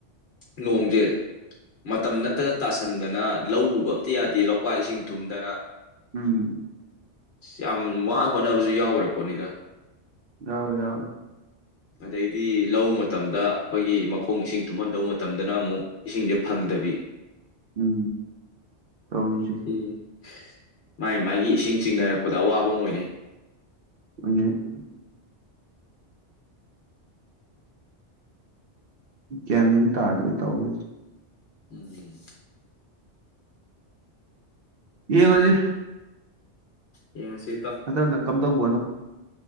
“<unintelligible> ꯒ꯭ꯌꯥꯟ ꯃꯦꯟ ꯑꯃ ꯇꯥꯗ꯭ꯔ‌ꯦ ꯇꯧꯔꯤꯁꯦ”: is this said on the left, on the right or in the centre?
Right